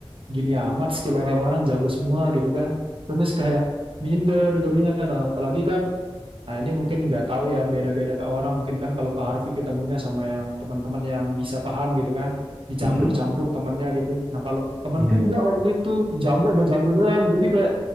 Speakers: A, on the right (about 65°); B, in the centre.
A: gini amat skill orang-orang jago semua gitu kan. Terus kayak minder jadinya. Nah, apalagi kan, nah ini mungkin nggak tahu ya beda-beda orang. Mungkin kan kalau ke Harvey ketemunya sama yang teman-teman yang bisa paham gitu kan. Dicampur-campur
B: Mm-mm.
A: temennya gitu. Nah kalau temanku
B: Iya iya.
A: nggak waktu itu jago sama jago doang. Jadi kayak